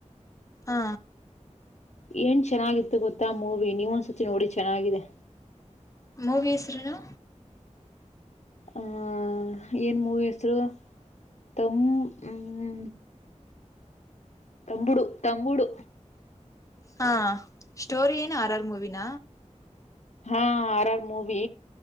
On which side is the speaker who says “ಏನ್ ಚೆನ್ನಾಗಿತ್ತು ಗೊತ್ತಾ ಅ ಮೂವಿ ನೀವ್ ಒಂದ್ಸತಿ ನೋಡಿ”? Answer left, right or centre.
Left